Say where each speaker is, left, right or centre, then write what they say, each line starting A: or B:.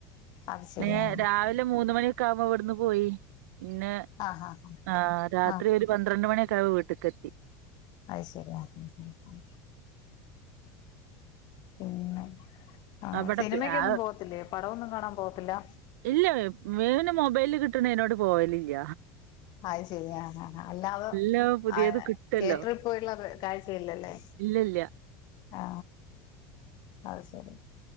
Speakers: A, on the left (about 50°); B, on the right (about 80°).
A: അത് ശരി
B: ന
A: ആ
B: രാവിലെ മൂന്ന് മണിയൊക്കെ ആകുമ്പോൾ ഇവിടുന്ന് പോയി പിന്നെ
A: ആ ആ ആ
B: ആ രാത്രി
A: ആ ആ
B: ഒരു പന്ത്രണ്ട് മണിയക്കെ ആ വീട്ടക എത്തി
A: അത് ശരിയാ ഉം പിന്നെ ആ
B: അവിടെ
A: സിനിമക്കൊന്നും
B: പി ആ
A: പോവത്തില്ലേ പടമൊന്നും കാണാൻ പോകത്തില്ല
B: ഇല്ല ഇവന് മൊബൈല് കിട്ടണ ന്നോട് പോയലില്ല
A: അത് ശരിയ ഹ ഹ അല്ലാത
B: എല്ലാം പുതിയത്
A: ആ
B: കിട്ടല്ലോ
A: തിയേറ്ററിൽ പോയുള്ള കാഴ്ചയില്ലല്ലേ
B: ഇല്ലല്ല
A: ആ അത് ശരി